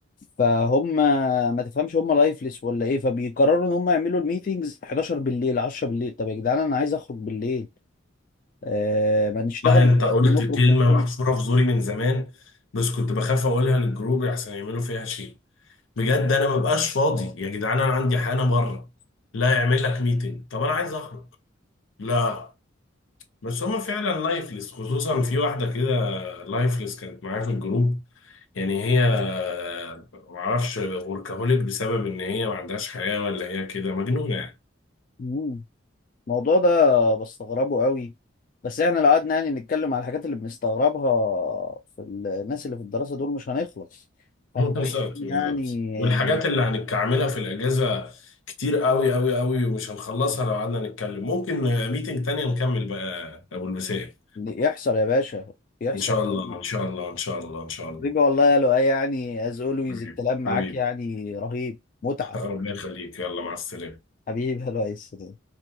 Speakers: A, on the left; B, on the left.
A: فهم ما تفهمش هم لايفلس ولا ايه فبيقرروا ان هم يعملوا الميتينجز 11 بالليل 10 بالليل طب يا جدعان انا عايز اخرج بالليل أه ما نشتغل
B: والله
A: الصبح
B: أنت قلت
A: ونخرج
B: كلمة
A: بالليل
B: محفورة في زوري من زمان بس كنت بخاف أقولها للجروب أحسن يعملوا فيها شيء بجد انا مبقاش فاضي يا جدعان انا عندي حاجه بره لا يعمل لك ميتنج طب انا عايز اخرج لا بس هما فعلا لايفلس خصوصا في واحده كده لايفلس كانت معايا في الجروب يعني هي آه، معرفش وركهوليك بسبب ان هي ما عندهاش حياه ولا هي كده مجنونه يعني
A: مم. الموضوع ده بستغربه قوي بس احنا لو قعدنا يعني نتكلم على الحاجات اللي بنستغربها في الناس اللي في الدراسة دول مش هنخلص
B: <laughs>
A: فاحنا
B: بالظبط
A: عايزين
B: بالظبط.
A: يعني
B: والحاجات اللي هنتعملها في الاجازه كتير قوي قوي قوي ومش هنخلصها لو قعدنا نتكلم ممكن ميتنج تانية نكمل بقى ابو البسائم
A: يحصل يا باشا يحصل
B: ان شاء
A: اكيد
B: الله ان شاء الله ان شاء الله ان شاء الله
A: حبيبي والله يا لؤي يعني از اولويز
B: حبيبي
A: الكلام معاك
B: حبيبي
A: يعني رهيب متعة
B: <laughs> ربنا يخليك يلا مع السلامة
A: حبيبي يا لؤي